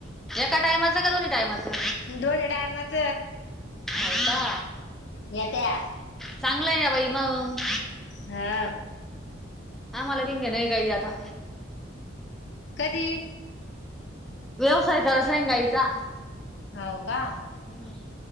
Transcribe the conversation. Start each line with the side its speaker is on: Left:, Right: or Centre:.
Centre: एका टायमाचं का दोन्ही टायमाचं.
Left: दोन टायमाच
Centre: हो का
Left: येत्या
Centre: चांगलंय ना बाई मग.
Left: हा.
Centre: आम्हाला बी घेणार ये गाई आता.
Left: कधी?
Centre: व्यवसाय करायचं ना गाईचा..
Left: हाऊ का?
Centre: हम्म